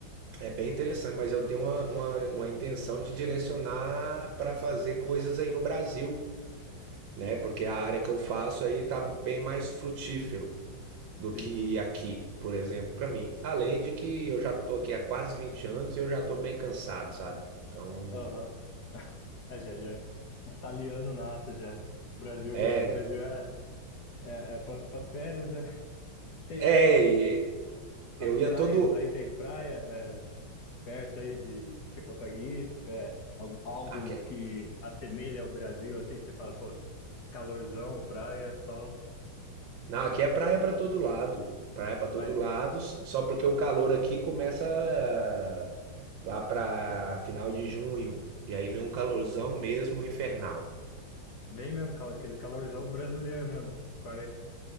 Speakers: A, on the right; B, on the left.
A: é bem interessante, mas eu tenho uma, uma, uma intenção de direcionar para fazer coisas aí no Brasil, né? Porque a área que eu faço aí tá bem mais frutífero. do
B: Sim,
A: que aqui, por exemplo, para mim. Além de que eu já tô aqui há quase 20 anos e eu já tô meio cansado, sabe? Então,
B: aham. É, já, já, é italiano nato já. Brasil,
A: é,
B: a Brasil é, é, é para as férias, né? <laughs> Tem,
A: é,
B: a, a-
A: e
B: as
A: eu
B: praias
A: ia todo
B: aí, tem praia é, perto aí de que você consegue ir. É, al- algo
A: aqui,
B: que assemelha ao Brasil, assim, que você fala, pô. Calorzão, praia, sol.
A: não, aqui é praia para todo lado, praia para todo
B: Mas
A: lado, só porque o calor aqui começa ah, lá para final de junho e aí vem um calorzão mesmo infernal.
B: vem mesmo, cal- aquele calorzão brasileiro mesmo. 40